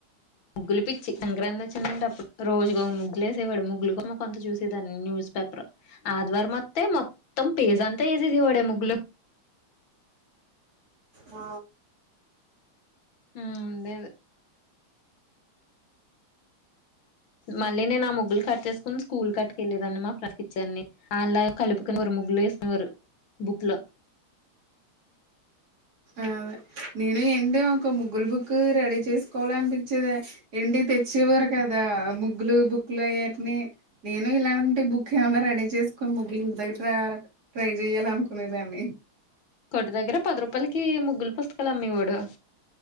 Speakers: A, on the left (about 65°); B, on the right (about 50°).
A: ముగ్గులు పిచ్చి సంక్రాంతి వచ్చిందంటేప్పుడు రోజు ఓ ముగ్ ముగ్లేసేవాడు ముగ్గులు కోసం కొంత చూసేదాన్ని న్యూస్ పేపర్ ఆదివారం వత్తే మొత్తం పేజ్ అంతా వేసేసేవాడే ముగ్గులు
B: ఆ
A: ఉమ్ మళ్ళీ నేను ఆ ముగ్గులు కట్ చేసుకుని స్కూల్ కట్టుకెళ్ళలేదాన్ని మా ఫ్రెండ్ కిచేదని అల్లు కలుపుకునివారు ముగ్ వల్లువేసుకునేవారు బుక్లో
B: అదే నేను ఏంటి ఒక ముగులు బుక్ రెడీ చేసుకోవాలనిపించేది ఎంటి తెచే వారు కదా ముగ్గులు బుక్కులు అయ్యని నేను ఇలాంటి బుక్ ఏమైన్నా రెడీ చేసుకొని ముగ్గులు ఇంటి దగ ట్రై చెయ్యాల అనుకునేదాన్ని
A: కొటి దగ్గర పది రూపాయలకి ముగ్గులు పుస్తకాలు అమ్మేవాడు